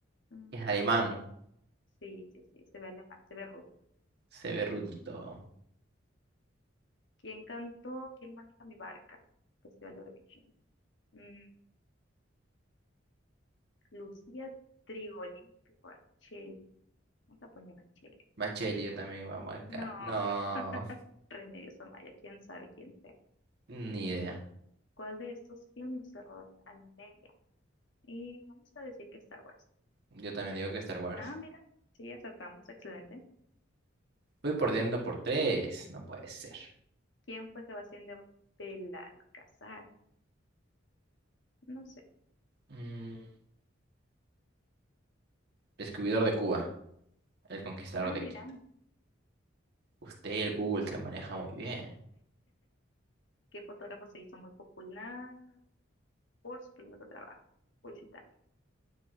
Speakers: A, on the left; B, on the right.
A: Mm,
B: Es alemán.
A: sí, sí, sí, se ve alemán, se ve rudo.
B: Se ve rudito.
A: ¿Quién cantó? ¿Quién maneja mi barca? Festival de Eurovision. Mm, Lucía Trigolín Barchel. Vamos a poner Barchel.
B: Bacheli, yo también iba a marcar.
A: No,
B: No,
A: <laughs> Remedios Amaya, quién sabe quién sea.
B: ni idea.
A: ¿Cuál de estos filmes se rodó en Almería? Y vamos a decir que Star Wars.
B: Yo también digo que Star Wars.
A: Ah, mira, sí, acertamos, excelente.
B: Voy perdiendo por tres. No puede ser.
A: ¿Quién fue Sebastián de Belalcázar? No sé.
B: Mm, Descubridor de Cuba. El conquistador
A: Ah,
B: de
A: mira,
B: Quito.
A: <laughs>
B: Usted, el Google, se maneja muy bien.
A: ¿Qué fotógrafo se hizo muy popular por su primer trabajo publicitario?